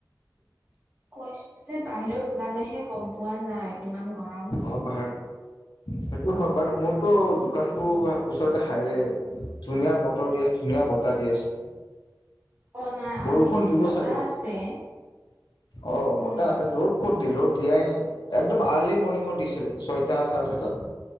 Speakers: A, on the right (about 30°); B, on the left (about 80°).
A: কৈছো যে বাহিৰত ওলালেহে গম পোৱা যায় কিমান গৰম
B: অ ভ সেইটো হয় বাট মোৰতটো দোকানতটো ওচৰতে হাইৱে ধুনীয়া বতৰ দি আছে ধুনীয়া বতৰ দি আছে
A: অ নাই
B: বৰষুণ
A: আজি কিন্তু
B: দিব
A: বতাহ
B: চাগে
A: আছে
B: অ
A: উম
B: বতাহ আছিল য'ত ক'ত দিলো দিয়াই নাই একদম আৰ্লি মৰ্ণিঙত দিছিলে ছয়টা চাৰে ছয়টাত